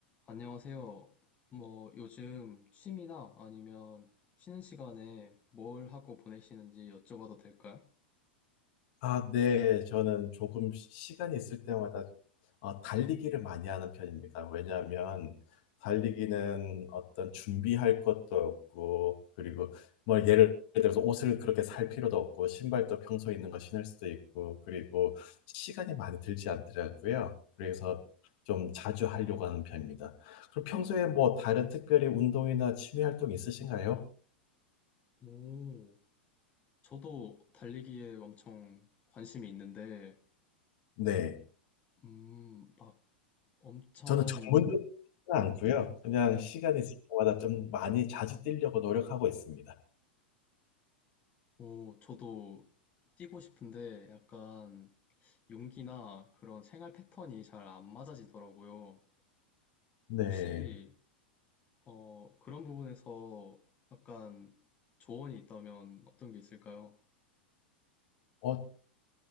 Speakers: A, on the left (about 25°); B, on the left (about 50°).
A: 안녕하세요. 뭐 요즘 취미나 아니면 쉬는 시간에 뭘 하고 보내시는지 여쭤봐도 될까요?
B: 아, 네. 저는 조금 시- 시간이 있을 때마다 어, 달리기를 많이 하는 편입니다. 왜냐하면 달리기는 어떤 준비할 것도 없고, 그리고 뭐 예를 들어서 옷을 그렇게 살 필요도 없고, 신발도 평소에 있는 거 신을 수도 있고, 그리고 시간이 많이 들지 않더라고요. 그래서 좀 자주 하려고 하는 편입니다. 그럼 평소에 뭐 다른 특별히 운동이나 취미 활동 있으신가요?
A: 오, 저도 달리기에 엄청 관심이 있는데,
B: 네.
A: 음, 막 엄청,
B: 저는 전문적으로 않고요. 그냥
A: 네,
B: 시간이 있을 때마다 좀 많이 자주 뛰려고 노력하고 있습니다.
A: 오, 저도 뛰고 싶은데 약간 용기나 그런 생활 패턴이 잘 안 맞아지더라고요.
B: 네.
A: 혹시, 어, 그런 부분에서 약간 조언이 있다면 어떤 게 있을까요?
B: 어,